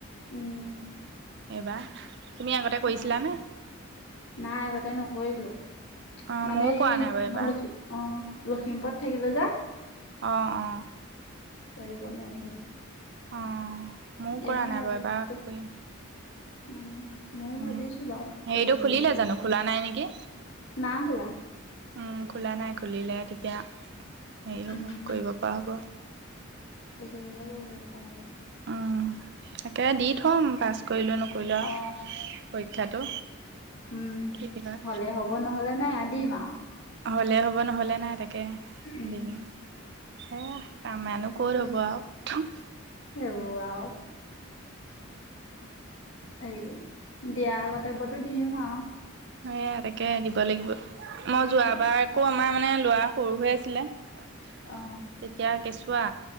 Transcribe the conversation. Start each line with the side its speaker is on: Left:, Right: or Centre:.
Left: উম।
Right: এইবাৰ তুমি আগতে কৰিছিলনে?
Left: অ নাই আগতে নকৰিলো,
Right: অঁ
Left: মানে
Right: ময়ো
Left: এই
Right: কৰা নাই বাৰু এইবাৰ
Left: মই লখ অ লখিমপুৰত থাকিলো যে
Right: অঁ অঁ
Left: নোৱাৰো,
Right: অঁ ময়ো কৰা
Left: এবাৰ
Right: নাই বাৰু
Left: আৰু ক
Right: কৰিম
Left: উ ময়ও
Right: উম,
Left: ভাবিছো বাৰু
Right: হেৰিটো
Left: কৰিম
Right: খুলিলে
Left: বুলি কি
Right: জানো
Left: হয়
Right: খোলা নাই নেকি?
Left: নাও হলা
Right: উম খোলা নাই খুলিলে তেতিয়া হেৰি হ'ব
Left: উম
Right: কৰিব পৰা হ'ব।
Left: কৰিবহে কৰিব পৰা হ'ব
Right: উম, তাকে দি থ'ম পাছ কৰিলোঁ নকৰিলোঁ আৰু
Left: অ
Right: পৰীক্ষাটো।
Left: উম
Right: কি হয়
Left: হলে হ'ব নহ'লে নাই আ দিম আৰু
Right: হ'লে হ'ব নহ'লে নাই তাকে
Left: উম
Right: দিম এ আমাৰনো
Left: সেইটোৱে
Right: ক'ত হ'ব আৰু
Left: সেইবোৰ আৰু হেৰি কৰি দিয়াৰ আগতব্য <unintelligible> তো দিও আৰু
Right: সেয়েহে তাকে দিব লাগিব, মই যোৱাবাৰ
Left: উম,
Right: আকৌ আমাৰ মানে লৰা সৰু হৈ আছিলে তেতিয়া
Left: অ
Right: কেঁচুৱা